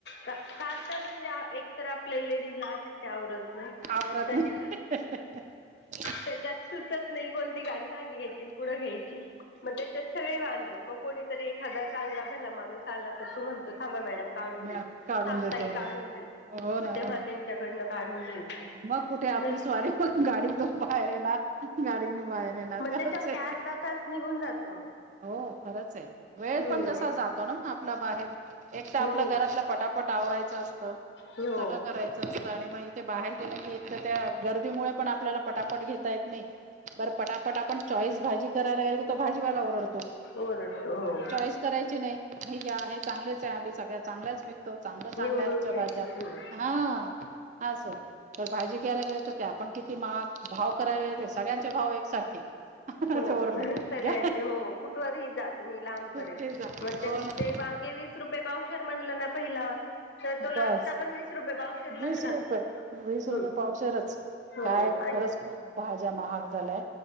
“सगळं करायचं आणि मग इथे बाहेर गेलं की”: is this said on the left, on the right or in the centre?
Right